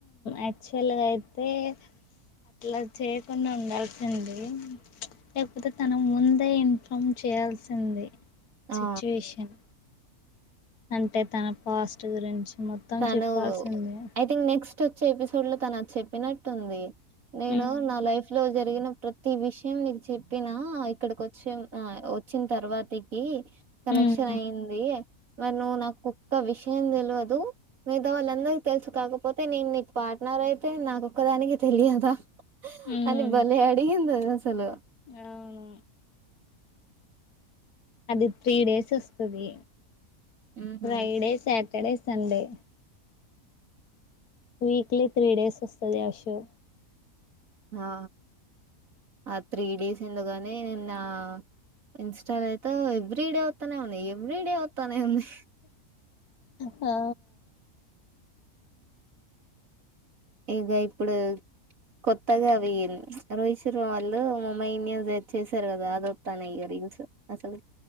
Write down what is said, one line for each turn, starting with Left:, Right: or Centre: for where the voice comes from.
Left: యాక్చువల్గా అయితే అట్లా చేయకుండా ఉండాల్సింది లేకపోతే తన ముందే ఇన్ఫామ్ చేయాల్సింది
Right: ఆ
Left: సిచువేషన్ అంటే తన పాస్ట్ గురించి మొత్తం
Right: తను
Left: చెప్పాల్సిందే
Right: ఐథింక్ నెక్స్ట్ వచ్చే ఎపిసోడ్ లో తన అది చెప్పినట్టుంది నేను
Left: ఉమ్
Right: నా లైఫ్ లో జ జరిగిన ప్రతి విషయం నీకు చెప్పినా ఇక్కడికి వచ్చే వచ్చిన తర్వాతకి కనెక్షన్
Left: ఉమ్
Right: అయి్యంది మన్న నా కుక్క విషయం తెలియదు మిగతా వాళ్ళందరి తెలుసు కాకపోతే నేను నీకు పార్ట్నార్ అయితే నాకొక్క దానికి తెలియదా
Left: ఉమ్
Right: అ భలే అడిగింద సలు
Left: అవును అది త్రీ డేస్ వస్తుది
Right: ఉహు
Left: Friday Sat Saturday Sunday weekly three days వస్తుంది అషో
Right: ఆ ఆ త్రీ డేస్ ఎందు కాని నిన్న నా ఇన్స్టాల్ అయితే ఎవ్రీ డే అవుతానే ఉంది ఎవ్రీ డే అవుతానే ఉంది
Left: ఆ
Right: ఇక ఇప్పుడు కొత్తగా అవింది రోహిత్ శర్మ వాళ్ళు ముంబై ఇండియన్స్ వచ్చసారు కదా అదిొస్తాను ఇక రీల్స్ అసలు